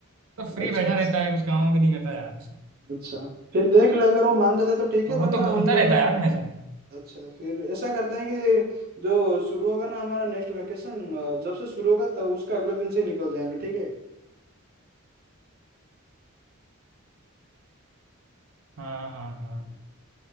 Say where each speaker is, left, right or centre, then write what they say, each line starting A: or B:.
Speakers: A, on the right; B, on the right.
A: तो फ्री
B: अच्छा
A: बैठा रहता है कुछ काम भी नहीं करता यार उसे
B: अच्छा फिर देख लो अगर वो मान जाते तो ठीक है
A: अब
B: वरना
A: वो तो घूमता
B: हम दोनों
A: रहता है यार हमेशा
B: अच्छा फिर ऐसा करते हैं कि जो शुरू होगा ना हमारा नेक्स्ट वेकेशन जब से शुरू होगा तब उसका अगले दिन से ही निकल जाएंगे ठीक है
A: हाँ हाँ हाँ